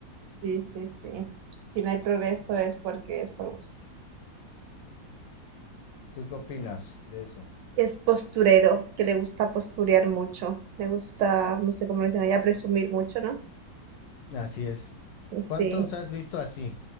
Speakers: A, on the right (about 75°); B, on the left (about 75°).
A: Sí, sí, sí. Si no hay progreso es porque es por gusto.
B: <laughs> ¿Tú qué opinas de eso?
A: Que es posturero, que le gusta posturear mucho. Le gusta, no sé cómo le dicen allá, presumir mucho, ¿no?
B: Así es.
A: Sí.
B: ¿Cuántos has visto así